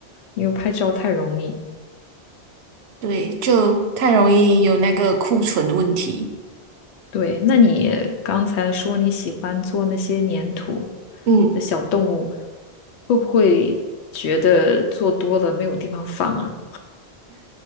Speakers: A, on the left; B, on the right.
A: 因为拍照太容易。
B: 对，就太容易有那个库存的问题。
A: 对，那你刚才说你喜欢做那些粘土
B: 嗯，
A: 的小动物，会不会觉得做多了没有地方放啊？